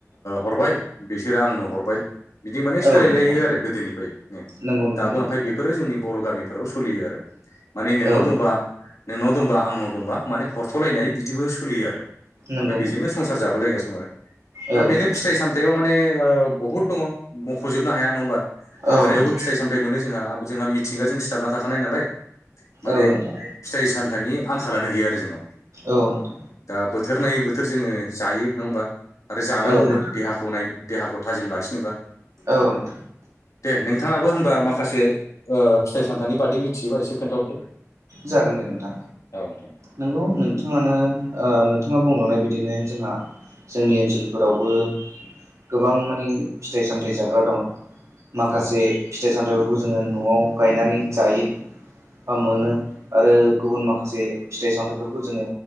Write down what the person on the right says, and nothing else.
औ नोंथां
नंगौ नोंथां
नंगौ
औ
नंगौ
नोंथां
औ
नोंथां
औ नोंथां
औ नोंथां
औ नोंथां
औ नोंथां
दन
जागोन दे नोंथां
नंगौ नोंथाङानो नथाङा बुंलांनाय बिदिनो जोंहा जोंनि ओनसोलफोरावबो गोबां माने फिथाइ सामथायाइ जाग्रा दं माखासे
फिथाइ सामथाइ बे खौ जोङो न'आव गायनानै जायो बा मोनो आरो गुबुन माखासे फिथाइ सामथाइफोरखौ जोङो